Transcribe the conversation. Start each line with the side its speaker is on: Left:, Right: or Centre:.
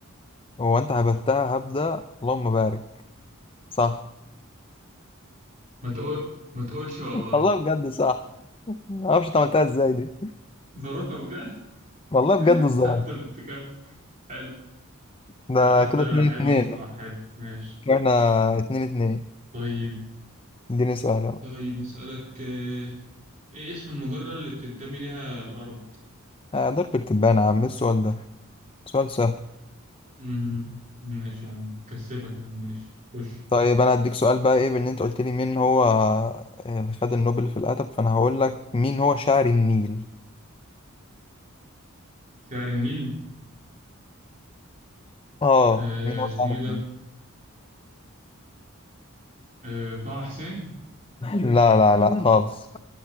Left: هو انت هبتها هبدة اللهم بارك صح
Right: ما تقول ما تقولش والله
Left: والله بجد صح ما اعرفش انت عملتها ازاي دي
Right: زرافة بجد <laughs>
Left: والله بجد الزرافة
Right: هبدة بالتكال حلو
Left: ده
Right: لا هبدة
Left: كده اتنين
Right: حلوة
Left: اتنين
Right: الصراحة حلو ماشي
Left: احنا اتنين اتنين
Right: طيب
Left: اديني سؤال يلا
Right: طيب أسألك آه، إيه اسم المجرة اللي بتنتمي لها الأرض؟
Left: آه، ضرب التبانة يا عم إيه السؤال ده سؤال سهل
Right: مم. ماشي يا عم كسبك يا عم ماشي خش
Left: طيب انا هديك سؤال بقى ايه بان انت قلت لي مين هو آه، اللي خد النوبل في الادب فانا هقول لك مين هو شاعر النيل
Right: شعر النيل
Left: اه
Right: آه
Left: مين هو
Right: اسمه
Left: شاعر
Right: إيه ده؟
Left: النيل
Right: آه طه حسين؟
Left: لا لا لا خالص